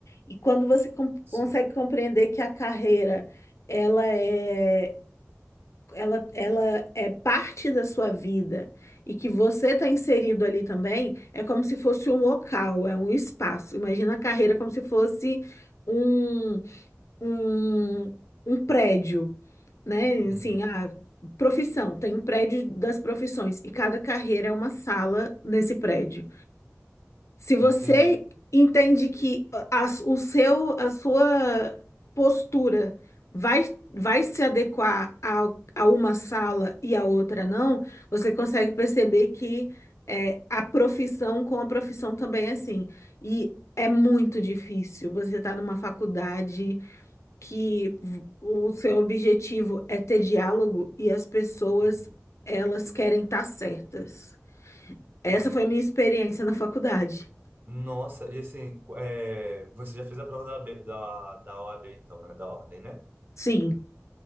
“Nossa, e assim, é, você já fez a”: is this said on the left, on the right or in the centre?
Right